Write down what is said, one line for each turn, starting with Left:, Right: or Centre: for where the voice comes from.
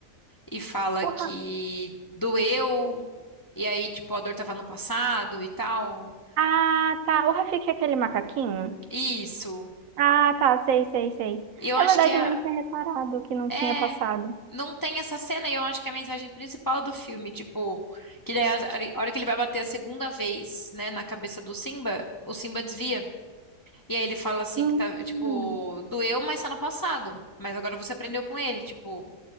Left: e fala
Right: O
Left: que
Right: Ra-
Left: doeu, e aí, tipo, a dor tava no passado e tal.
Right: Ah, tá. O Rafiki é aquele macaquinho?
Left: Isso.
Right: Ah, tá. Sei, sei, sei.
Left: E eu acho
Right: É verdade,
Left: que é,
Right: eu nem tinha reparado que não tinha
Left: é.
Right: passado.
Left: Não tem essa cena, e eu acho que é a mensagem principal do filme, tipo, que daí a a hora que ele vai bater a segunda vez, né, na cabeça do Simba, o Simba desvia. E aí ele fala assim
Right: Hum,
Left: que tá, tipo, doeu, mas tá no passado. Mas agora você aprendeu com ele, tipo.